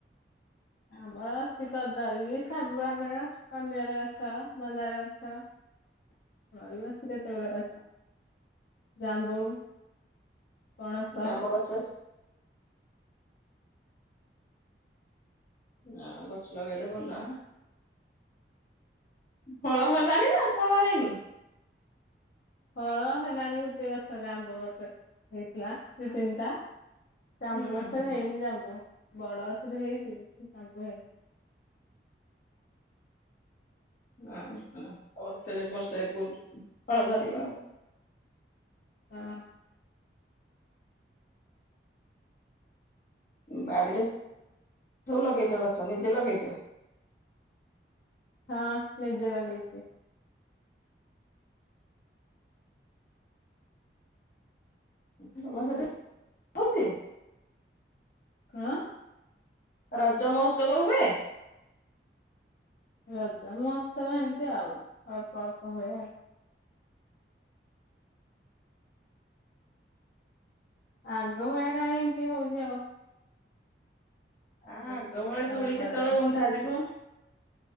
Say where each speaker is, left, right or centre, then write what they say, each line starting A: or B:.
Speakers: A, on the left (about 70°); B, on the left (about 50°).
A: ଆମର ଅଛି କଦଳୀ ଶାଗୁଆନ କନିଆର ଗଛ ମନ୍ଦାର ଗଛ ଆହୁରି ବି ଅଛି କେତେ ଗୁଡେ ଗଛ ଜାମ୍ବୁ ପଣସ
B: ଜାମ୍ମୁ ଗଛ ଅଛି। ଆଉ ଗଛ ଲଗେଇଲେ ଭଲ। ଫଳ ହେଲାଣି ନା ଫଳ ହେଇନି
A: ଫଳ ହେଲାଣି ଗୋଟେ ଗଛରେ ଆମ୍ବ ଗଛରେ ହେଇଥିଲା ଦି ତିନିଟା। ଜାମ୍ବୁ
B: ହୁଁ
A: ଗଛରେ
B: ହୁଁ
A: ହେଇନି ଜାମ୍ବୁ। ବଡ଼ ଗଛଟେ ହେଇଛି କିନ୍ତୁ ଜାମ୍ମୁ ହେଇନି।
B: <unintelligible> ଫଳ ଧରିବ ଆଉ।
A: ହଁ।
B: ବାଡ଼ିରେ ସବୁ ଲଗେଇଛ ଗଛ ନିଜେ ଲଗେଇଚ। <inaudible>
A: ହଁ ନିଜେ ଲଗେଇଚି।
B: <unintelligible> ହଉଚି
A: କଣ?
B: ରଜ ମହୋତ୍ସବ ହୁଏ।
A: ରଜ ମହୋତ୍ସବ ଏମିତି ଆଉ ଅଳ୍ପ ଅଳ୍ପ ହୁଏ ଆଉ। ଆଗ ଭଳିଆ କାଇଁ ଏମିତି ହଉଚି ଆଉ।
B: ଆ ଆଗ
A: ଯେମିତି
B: ଭଳି
A: ପାଳନ
B: ଦୁଳି
A: କରାଯାଏ
B: କେତେବେଳେ ବନ୍ଧାଯିବ?